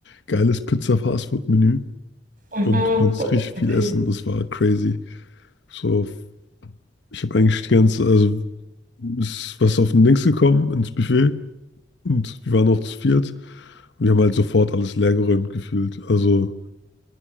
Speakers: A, on the left; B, on the right.
A: geiles Pizza-Fastfood-Menü.
B: Mhm.
A: Und du konntest
B: boah,
A: richtig viel
B: nein.
A: essen, das war crazy. So, ich habe eigentlich die ganze, also ist was auf den Links gekommen, ins Buffet. Und wir waren auch zu viert und wir haben halt sofort alles leergeräumt gefühlt. Also,